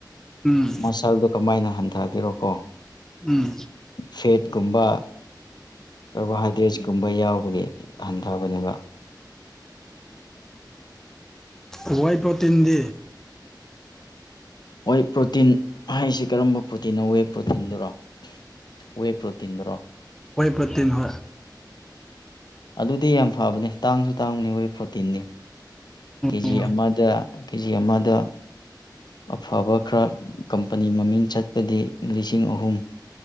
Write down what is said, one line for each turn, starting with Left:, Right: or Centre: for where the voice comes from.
Centre: ꯎꯝ
Left: ꯃꯁꯜꯗꯣ ꯀꯃꯥꯏꯅ ꯍꯟꯊꯒꯦꯔꯣꯀꯣ
Centre: ꯎꯝ
Left: ꯐꯦꯠ ꯀꯨꯝꯕ ꯀꯥꯔꯕꯣꯍꯥꯏꯗ꯭ꯔꯦꯠꯁ ꯀꯨꯝꯕ ꯌꯥꯎꯕꯒꯤ ꯍꯟꯊꯕꯅꯦꯕ
Centre: ꯣꯏ ꯋꯥꯏꯨ ꯄ꯭ꯔꯣꯇꯤꯟ ꯗ
Left: ꯍꯣꯏ ꯄ꯭ꯔꯣꯇꯤꯟ ꯍꯥꯏꯁꯦ ꯀꯔꯝꯕ ꯄ꯭ꯔꯣꯇꯤꯟ ꯂꯧꯋꯦ ꯄ꯭ꯔꯣꯇꯤꯟꯗꯨꯔꯣ ꯋꯦ ꯄ꯭ꯔꯇꯗ꯭ꯔ
Centre: ꯍꯣꯏ ꯄ꯭ꯔꯣꯇꯤꯟ ꯍꯣꯏ
Left: ꯑꯗꯨꯗꯤ ꯌꯥꯝ ꯐꯕꯅꯤ ꯇꯥꯡꯁꯨ ꯇꯥꯡꯕꯅꯤ ꯋꯦ ꯐꯣꯔꯇꯤꯟꯅꯤ ꯀꯦꯖꯤ
Centre: ꯎꯝ
Left: ꯑꯃꯗ ꯀꯦ ꯖꯤ ꯑꯃꯗ ꯑꯐꯕ ꯈꯔ ꯀꯝꯄꯅꯤ ꯃꯃꯤꯡ ꯆꯠꯄꯗꯤ ꯂꯤꯁꯤꯡ ꯑꯍꯨꯝ